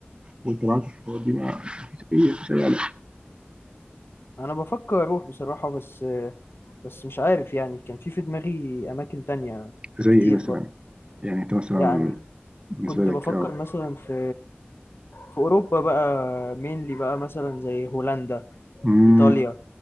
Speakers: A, on the right; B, on the left.
A: واتبعت الخطوات دي ما مفيش اي مفيش اي قلق
B: انا بفكر اروح بصراحة بس بس مش عارف يعني كان في في دماغي اماكن تانية
A: زي
B: كتير
A: ايه مثلا
B: برضه
A: يعني انت مثلا
B: يعني
A: بالنسبه
B: كنت
A: لك
B: بفكر
A: اه
B: مثلا في في اوروبا بقى مينلي بقى مثلا زي هولندا
A: امم
B: ايطاليا